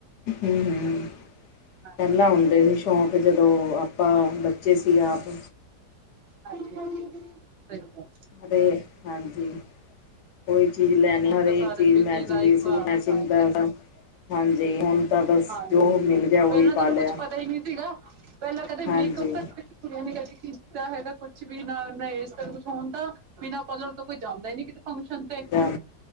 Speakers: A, on the left; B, on the right.
A: ਹਮ ਹਮ।
B: ਹਾਂਜੀ
A: ਪਹਿਲਾਂ ਹੁੰਦੇ ਸੀ ਸ਼ੌਕ ਜਦੋਂ ਆਪਾਂ ਬੱਚੇ ਸੀ ਆਪ
B: ਹਾਂਜੀ ਹਾਂਜੀ ਸਹੀ ਗੱਲ
A: ਤੇ ਹਾਂਜੀ। ਕੋਈ ਚੀਜ਼ ਲੈਣੀ
B: ਹੁਣ
A: ਹਰੇਕ
B: ਤਾਂ ਸਾਰੇ
A: ਚੀਜ਼
B: ਬਿਜ਼ੀ
A: ਮੈਚਿੰਗ
B: ਲਾਈਫ
A: ਦੀ ਸੂਟ
B: ਆ
A: ਮੈਚਿੰਗ
B: ਹਾਂਜੀ
A: ਦਾ ਹਾਂਜੀ ਹੁਣ ਤਾਂ ਬਸ
B: ਹਾਂਜੀ
A: ਜੋ ਮਿਲ ਗਿਆ ਉਹੀ
B: ਪਹਿਲਾਂ
A: ਪਾ
B: ਚਲੋ
A: ਲਿਆ
B: ਕੁੱਛ ਪਤਾ ਹੀ ਨਹੀਂ ਸੀਗਾ ਪਹਿਲਾਂ ਕਦੇ
A: ਹਾਂਜੀ
B: ਮੇਕਅਪ ਤਾਂ ਕੁੜੀਆਂ ਨੇ ਕਦੇ ਕੀਤਾ ਹੈਗਾ ਕੁਛ ਵੀ ਨਾਨਾਂ ਇਸ ਤਰ੍ਹਾਂ ਕੁਛ ਹੋਣ ਤਾਂ ਬਿਨਾਂ ਪਾਰਲਰ ਤੋਂ ਕੋਈ ਜਾਂਦਾ ਹੀ ਨੀ ਕਿਤੇ ਫੰਕਸ਼ਨ
A: ਜਾਂ